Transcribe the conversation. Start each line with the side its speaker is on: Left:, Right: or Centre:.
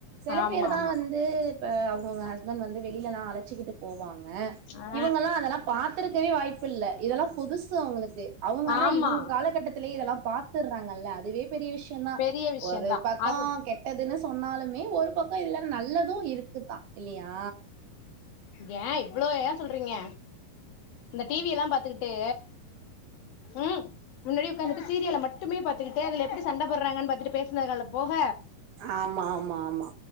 Right: செல
Left: ஆமா
Right: பேரு தா
Left: ஆமா
Right: வந்து இப்ப அவுங்கவுங்க ஹஸ்பண்ட் வந்து வெளில லா அழச்சுக்கிட்டு போவாங்க
Left: ஆ
Right: இவங்கல்லா அதலா பாத்துருக்கயே வாய்ப்பு இல்ல இதல்லா புதுசு அவுங்களுக்கு அவுங்க ஆனா
Left: ஆமா
Right: இவங் காலகட்டத் துலயே இதல்லா பாத்துற்றாங்கல்ல அதுவே பெரிய விஷ்யோந் தா
Left: பெரிய விஷயந்தா
Right: ஒரு பக்கோ
Left: அது
Right: கெட்டதுனு சொன்னாலுமே ஒரு பக்கோ இதுல நல்லது இருக்குத்தா இல்லியா
Left: ஏ இவ்ளோ ஏ சொல்றீங்க இந்த டி வி எல்லா பாத்துக்கிட்டு ம் முன்னாடி உக்காந்துட்டு சீரியல மட்டுமே பாத்துக்கிட்டு அதுல எப்டி சண்ட போட்றாங்கன் பாத்துட்டு பேசுன கால போக
Right: ஆமா ஆமா ஆமா